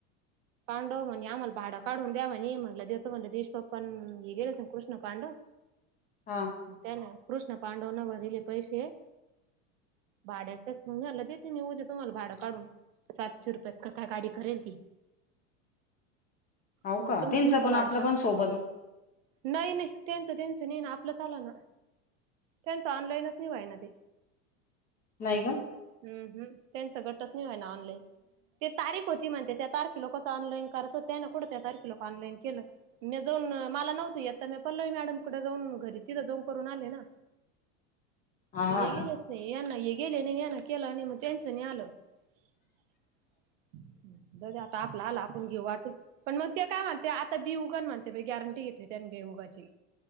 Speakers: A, on the right (about 80°); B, on the left (about 25°).
A: पांडव म्हणजे आम्हाला भाडं काढून द्यावा म्हटलं देत म्हणलं देशप्पन हे गेले ना कृष्ण पांडव
B: हा
A: त्यान कृष्ण पांडवना भरेल अ पैसे भाड्याचेच मी म्हणलं देते मी उदया तुम्हाला भाडं काढून सातशे रुपयात का काय गाडी करेल ती
B: हो
A: म्हणलं
B: का
A: तुमचं
B: तिचं
A: तुमचं
B: पण
A: भाडं
B: आपलं
A: हा
B: पण सोबत
A: नाही नाही त्यांचं त्यांचं नाही ना आपलं चाल ना त्यांचं ऑनलाईनच नाही व्हायन ना ते
B: नाही का
A: हम ह त्यांच गटचं नाही व्हयना ऑनलाईन ते तारीख होती म्हणत्या त्यात सारखी लोकच ऑलाईन कर त्या ना कुड त्या तारखे लक ऑनलाईन केलं म्या जाऊन मला नव्हत येत तर म पल्लवी मॅडम कडे जाऊन घरी तिथं जाऊन करून आले ना
B: हा हा
A: हे गेलेच नई, यांना हे गेले नाही यांना केला नाही मग त्याचं नाही आलं <unintelligible> म्हणजे आता आपल आलं आपण घेऊ वाटून पण मग ते काय म्हणत्या ता बेहुग म्हणते गॅरंटी घेतली त्यानी बेहुगाची